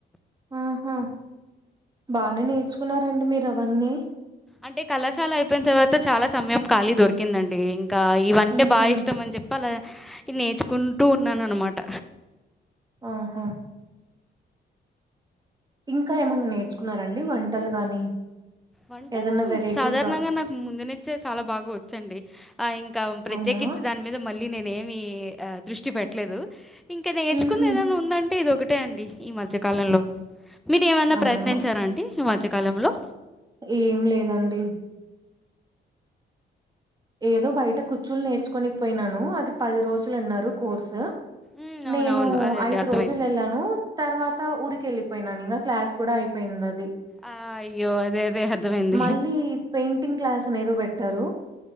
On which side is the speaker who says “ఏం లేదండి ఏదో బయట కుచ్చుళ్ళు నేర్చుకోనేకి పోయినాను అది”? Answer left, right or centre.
Right